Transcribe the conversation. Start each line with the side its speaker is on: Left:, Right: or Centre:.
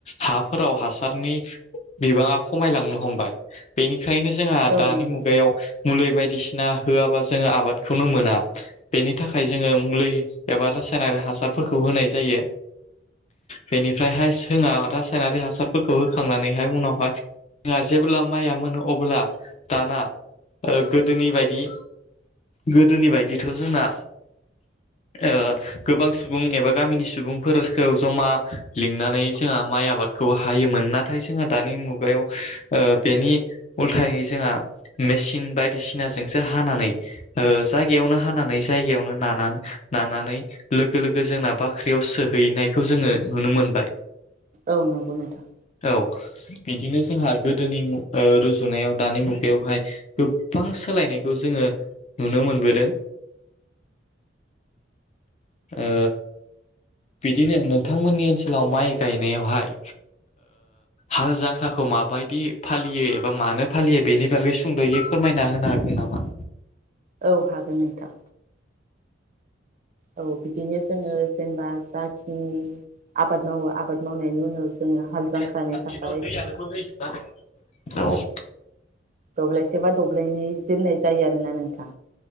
Left: हाफोराव हासारनि बिबाङा खमायलांनो हमबाय बेनि बेखायनो जोंहा
Right: औ
Left: दानि
Right: नंगौ
Left: मुगायाव
Right: नोंथां
Left: मुलि बायदिसिना होआबा जोङो आबाद खौनो मोना बेनि थाखाय जोङो मुलि एबा रासायनारि हासारफोरखौ होनाय जायो बेनिफ्रायहाय जोंहा रासायनारि हासारफोरखौ होखांनानैहाय उनावहाय जोंहा जेब्ला माइया मोनो अब्ला दाना गोदोनि बायदि गोदोनि बायदिथ' जोंना ओ गोबां सुबुं एबा गामिनि सुबुंफोरखौ जमा लिंनानै जोंहा माइ आबादखौ हायोमोन नाथाय जोंहा दानि मुगायाव बेनि उलथायै जोंहा मेसिन बायदिसिनाजोंसो हानानै ओ जायगायावनो हानानै जायगायावनो ना नानानै लोगो -लोगो जोंना बाख्रियाव सोहैनायखौ जोङो नुनो मोनबाय
Right: औ नंगौ नोंथां।
Left: बिदिनो जोंहा गोदोनि ओ रुजुनायाव दानि मुगायावहाय गोबां सोलायनायखौ जोङो नुनो मोनबोदों ओ बिदिनो नोंथांमोननि ओनसोलाव माइ गायनायावहाय हाल जांख्राखौ माबायदि फालियो एबा मानो फालियो बेनि बागै सुंद'यै फोरमायना होनो हागोन नामा?
Right: औ हागोन नोंथां। औ बिदिनो जोङो जेनेबा जा उम। आबाद मावो आबाद मावनायनि उनाव जोङो हाल जांख्रानि
Left: से र
Right: थाखाय
Left: दैयानो बोहैथथ जोबना दोङो। औ।
Right: दब्लायसे बा दब्लायनै दोननाय जायो आरो ना नोंथां।